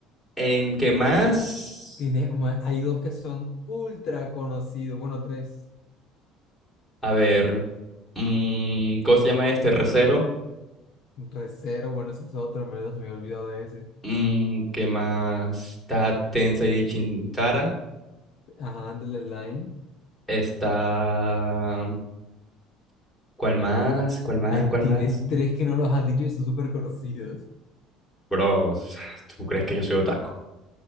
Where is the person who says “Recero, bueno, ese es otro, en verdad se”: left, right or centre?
Left